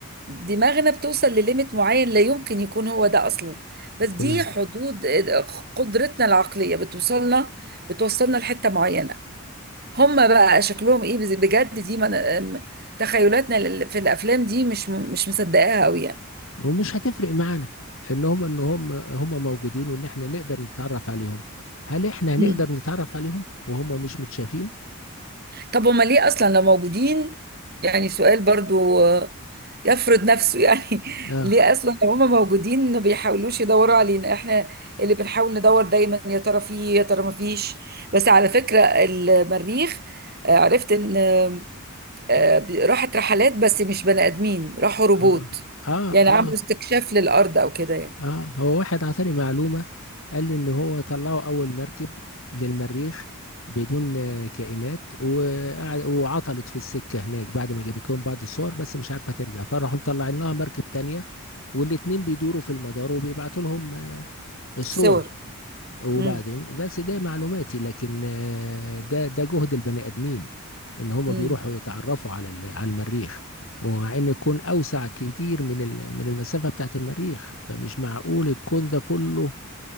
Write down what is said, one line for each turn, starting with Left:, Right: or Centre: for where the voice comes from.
Right: دماغنا بتوصل لليميت معين لا يمكن يكون هو ده اصلا بس دي
Left: تمام
Right: حدود آه، قدرتنا العقليه بتوصلنا بتوصلنا لحته معينه هم بقى شكلهم ايه بز- بجد دي من... أم- تخيلاتنا لل- في الافلام دي مش م- مش مصدقاها قوي يعني
Left: ومش هتفرق معانا إن هم إن هم هم موجودين وإن إحنا نقدر نتعرف عليهم هل إحنا هنقدر
Right: مم.
Left: نتعرف عليهم وهم مش متشافين؟
Right: طب هما ليه اصلا لو موجودين يعني سؤال برضو آه، يفرض نفسه يعني <laughs>
Left: آه
Right: ليه اصلا لو هما موجودين ما بيحاولوش يدوروا علينا احنا اللي بنحاول ندور دايما يا ترى فيه يا ترى ما فيش بس على فكرة المريخ آه، عرفت ان آه، آه، بي- راحت رحلات بس مش بني ادمين راحوا روبوت
Left: آه آه
Right: يعني عملوا
Left: آه
Right: استكشاف للارض او كده يعني
Left: اه هو واحد عطاني معلومة قال لي ان هو طلعوا اول مركب للمريخ بدون آه، كائنات وقعد وعطلت في السكة هناك بعد ما جابت لهم بعض الصور بس مش عارفة ترجع فراحوا مطلعين لها مركب تانية والاتنين بيدوروا في المدار وبيبعتوا لهم آه، الصور
Right: صور
Left: وبعدين
Right: امم
Left: بس ده معلوماتي لكن آه، ده ده جهد البني ادمين ان هم
Right: امم
Left: بيروحوا يتعرفوا على ال- على المريخ ومع ان الكون اوسع كتير من ال- من المسافه بتاعت المريخ فمش معقول الكون ده كله